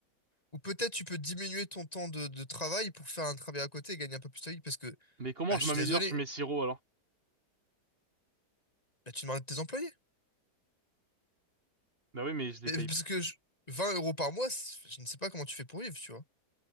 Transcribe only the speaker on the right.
Mais comment
je
m'améliore
sur mes sirops alors?
Bah oui, mais je les
paye.